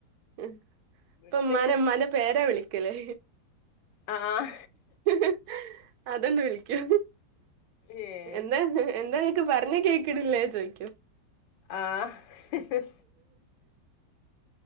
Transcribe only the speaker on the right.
ഹമ്
ഇപ്പൊ
ഇമ്മാനെ ഇമ്മാന്റെ പേരാ വിളിക്കല്.
ഹഹ അതെന്നെ വിളിക്ക്യ.
എന്താ എന്താ നിക്ക് പറഞ്ഞ കേക്കിണ്ല്ലെ ചോയ്